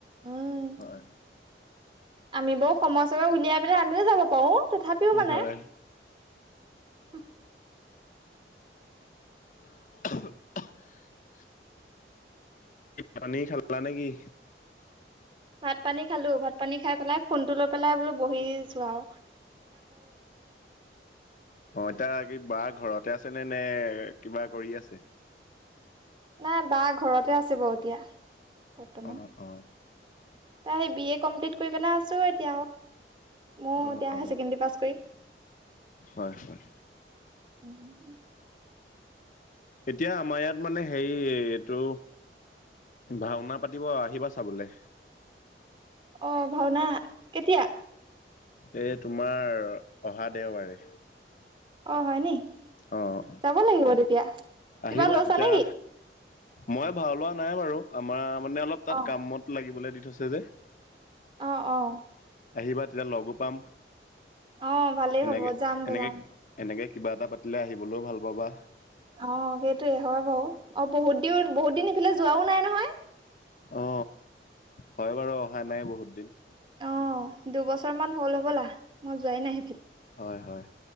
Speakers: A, on the right (about 25°); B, on the left (about 45°).
A: উম
B: হয়
A: আমি বৰ সময় চময় উলিয়াই পেলাই আমিও যাব পাৰো তথাপিও মানে
B: হয়
A: উ <unintelligible>
B: <unintelligible> পানী খালা নে কি?
A: ভাত পানী খালো ভাত পানী খাই পেলাই ফোনটো লৈ পেলাই বোলো বহিছো আও
B: অ' এতিয়া কি বা ঘৰতে আছে নে নে কিবা কৰি আছে?
A: নাই বা ঘৰতে আছে এতিয়া। বৰ্তমান
B: অ অ
A: তাই সে বি এ কমপ্লিট কৰি পেলাই আছো এতিয়া। মই
B: অ
A: এতিয়া হায়াৰ
B: অ
A: ছেকেণ্ডাৰী পাছ কৰি।
B: হয়, হয়।
A: <unintelligible>
B: এতিয়া আমাৰ ইয়াত মানে হেৰি এইটো ভাওনা পাতিব আহিবা চাবলে।
A: অ' ভাওনা কেতিয়া?
B: এই তোমাৰ অহা দেওবাৰে
A: অ' হয় নি
B: অ অ
A: যাব লাগিব তেতিয়া। কিবা
B: আহিবা
A: লৈছা
B: তেতিয়া
A: নেকি
B: মই ভাল লোৱা নাই বাৰু আমাৰ। মানে অলপ তাত
A: অ
B: কামত লাগিবলৈ দি থৈছে যে
A: অহ অহ
B: আহিবা তেতিয়া লগো পাম।
A: অ ভালেই
B: এনেকে,
A: হ'ব যাম
B: এনেকে,
A: যাম
B: এনেকে কিবা এটা পাতিলে আহিবলৈও ভাল পাবা
A: অ সেইটোৱে হয় বাৰু অ বহুত দিন বহুত দিন সেইফালে যোৱাও নাই নহয়
B: অ হয় বাৰু অহা নাই বহুত দিন
A: অ দুবছৰ মান হ'ল হ'বলা মই যোৱাই নাই
B: হয় হয়